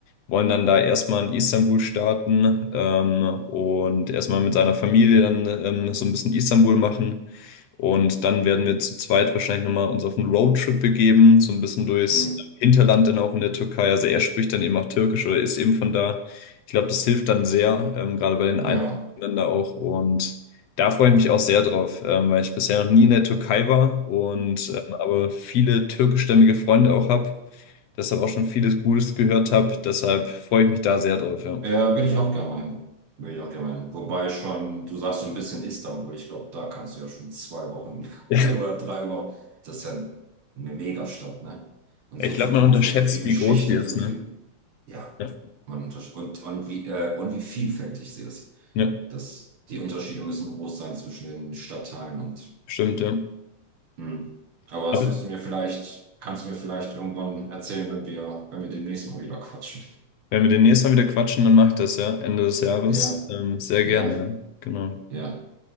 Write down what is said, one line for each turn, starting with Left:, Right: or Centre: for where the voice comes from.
Left: wollen dann da erstmal in Istanbul starten ähm, und erstmal mit seiner Familie dann ähm, so ein bisschen Istanbul machen. Und dann werden wir zu zweit wahrscheinlich nochmal uns auf einen Roadtrip begeben, so ein bisschen durchs
Right: Hm,
Left: Hinterland dann auch in der Türkei. Also er spricht dann eben auch Türkisch oder ist eben von da. Ich glaube, das hilft dann sehr, ähm, gerade bei den
Right: Ja.
Left: Einheimischen da auch. Und da freue ich mich auch sehr drauf, ähm, weil ich bisher noch nie in der Türkei war und ähm, aber viele türkischstämmige Freunde auch habe, deshalb auch schon vieles Gutes gehört habe. Deshalb freue ich mich da sehr drauf, ja.
Right: Ja, bin ich auch gemein. Bin ich auch gemein. Wobei schon, du sagst so ein bisschen Istanbul. Ich glaube, da kannst du ja schon zwei Wochen <laughs>
Left: Ja.
Right: oder drei Wochen. Das ist ja eine Megastadt, ne? Und
Left: Ich
Right: so
Left: glaube,
Right: viel Kultur,
Left: man unterschätzt,
Right: so viel Geschichte,
Left: wie groß die ist,
Right: so viel.
Left: ne?
Right: Ja,
Left: Ja,
Right: man untersch und, und wie, äh, und wie vielfältig sie ist.
Left: ja,
Right: Das, die Unterschiede müssen groß sein zwischen den Stadtteilen und.
Left: stimmt, ja.
Right: Hm. Aber das
Left: Aber
Right: wirst du mir vielleicht, kannst du mir vielleicht irgendwann erzählen, wenn wir, wenn wir demnächst mal wieder quatschen.
Left: Wenn wir demnächst mal wieder quatschen, dann mach ich das, ja. Ende des Jahres.
Right: Ja,
Left: Ähm, sehr
Right: ja,
Left: gerne, ja. Genau.
Right: ja.